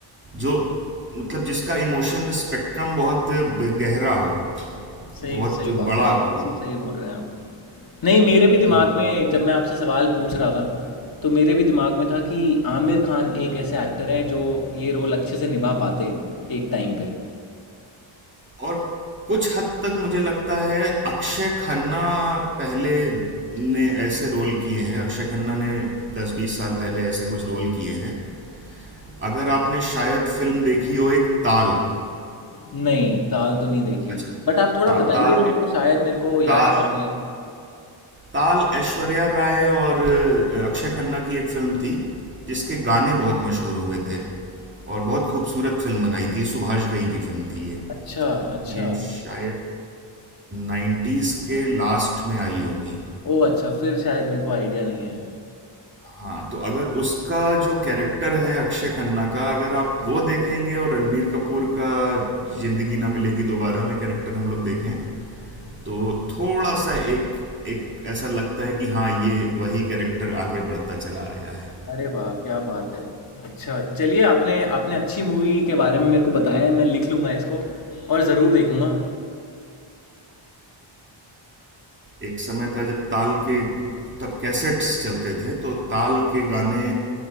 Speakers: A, on the right (about 25°); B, on the left (about 45°).
A: जो मतलब जिसका इमोशन स्पेक्ट्रम बहुत गहरा हो
B: सही
A: बहुत
B: सही बात
A: बड़ा
B: है, बिल्कुल
A: हो
B: सही बोल रहे हैं आप। नहीं मेरे भी दिमाग
A: तो
B: में जब मैं आपसे सवाल पूछ रहा था, तो मेरे भी दिमाग में था कि आमिर खान एक ऐसे एक्टर हैं जो ये रोल अच्छे से निभा पाते एक टाइम पे।
A: और कुछ हद तक मुझे लगता है अक्षय खन्ना पहले ने ऐसे रोल किए हैं अक्षय खन्ना ने 10-20 साल पहले ऐसे कुछ रोल किए हैं अगर आपने शायद फिल्म देखी हो एक ताल
B: नहीं ताल तो नहीं देखी
A: अच्छा
B: बट आप थोड़ा
A: हाँ
B: बताइए
A: ताल
B: मेरे
A: देख
B: को शायद मेरे को याद
A: ताल
B: आ जाए
A: ताल ऐश्वर्या राय और अ, अक्षय खन्ना की एक फिल्म थी जिसके गाने बहुत मशहूर हुए थे और बहुत खूबसूरत फिल्म बनाई थी सुभाष घई की फिल्म थी ये
B: अच्छा अच्छा
A: ये शायद 90s के लास्ट में आई होगी
B: ओ अच्छा फिर शायद मेरे को आइडिया नहीं है
A: हाँ तो अगर उसका जो कैरेक्टर है अक्षय खन्ना का अगर आप वो देखेंगे और रणबीर कपूर का जिंदगी ना मिलेगी दोबारा में कैरेक्टर हम लोग देखें तो थोड़ा सा एक एक ऐसा लगता है कि हाँ ये वही कैरेक्टर आगे बढ़ता चला आया है
B: अरे वाह क्या बात है अच्छा चलिए आपने आपने अच्छी मूवी के बारे में मेरे को बताया है मैं लिख लूँगा इसको और ज़रूर देखूँगा
A: एक समय था जब ताल के तब कैसेट्स चलते थे तो ताल के गाने